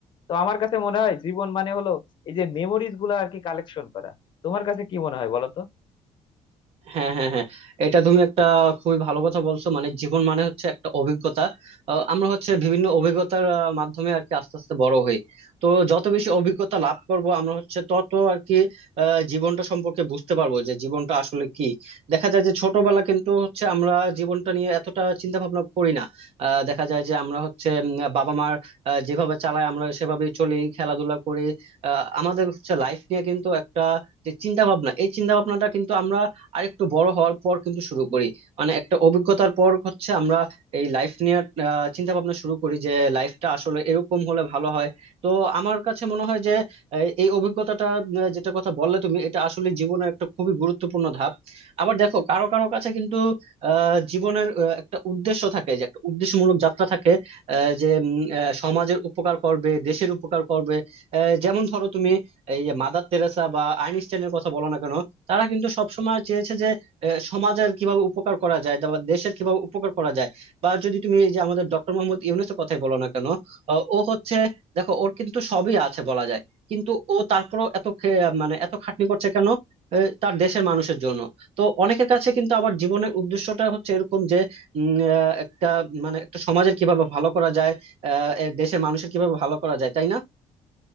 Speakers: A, on the left; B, on the right.
A: তো আমার কাছে মনে হয় জীবন মানে হলো এই যে মেমোরিজ গুলো আর কি কালেকশন করা তোমার কাছে কি মনে হয় বলো তো
B: হ্যাঁ হ্যাঁ হ্যাঁ এটা তুমি একটা খুবই ভালো কথা বলছো মানে জীবন মানে হচ্ছে একটা অভিজ্ঞতা আহ, আমরা হচ্ছে বিভিন্ন অভিজ্ঞতার আহ, মাধ্যমে আর কি আস্তে আস্তে বড় হই তো যত বেশি অভিজ্ঞতা লাভ করব আমরা হচ্ছে তত আর কি আহ, জীবনটা সম্পর্কে বুঝতে পারবো যে জীবনটা আসলে কি দেখা যায় যে ছোটবেলা কিন্তু হচ্ছে আমরা জীবনটা নিয়ে এতটা চিন্তা ভাবনা করি না আহ, দেখা যায় যে আমরা হচ্ছে উম, বাবা মার আহ, যেভাবে চালায় আমরা সেভাবেই চলি খেলাধুলা করি আহ, আমাদের হচ্ছে লাইফ নিয়ে কিন্তু একটা যে চিন্তা ভাবনা এই চিন্তা ভাবনাটা কিন্তু আমরা আর একটু বড় হওয়ার পর কিন্তু শুরু করি মানে একটা অভিজ্ঞতার পর হচ্ছে আমরা এই লাইফ নিয়ে চিন্তা ভাবনা শুরু করি যে লাইফটা আসলে এরকম হলে ভালো হয় তো আমার কাছে মনে হয় যে এই এই অভিজ্ঞতাটা আহ, যেটা কথা বললে তুমি এটা আসলে জীবনের একটা খুবই গুরুত্বপূর্ণ ধাপ আবার দেখো কারো কারো কাছে কিন্তু আহ জীবনের আহ, একটা উদ্দেশ্য থাকে যে একটা উদ্দেশ্যমূলক যাত্রা থাকে আহ, যে উম, আহ, সমাজের উপকার করবে দেশের উপকার করবে আহ, যেমন ধরো তুমি এই যে মাদার তেরেসা বা আইনস্টাইনের কথা বলো না কেন তারা কিন্তু সবসময় চেয়েছে যে আহ, সমাজের কিভাবে উপকার করা যায় বা দেশের কিভাবে উপকার করা যায় বা যদি তুমি এই যে আমাদের ডক্টর মোহাম্মদ ইউনূসের কথাই বলো না কেন আহ, ও হচ্ছে দেখো ওর কিন্তু সবই আছে বলা যায় কিন্তু ও তারপরও এত খে- মানে এত খাটনি করছে কেন আহ, তার দেশের মানুষের জন্য তো অনেকের কাছে কিন্তু আবার জীবনের উদ্দেশ্যটা হচ্ছে এরকম যে উম, আহ, একটা মানে একটা সমাজের কিভাবে ভালো করা যায় আহ, এ দেশের মানুষের কিভাবে ভালো করা যায় তাই না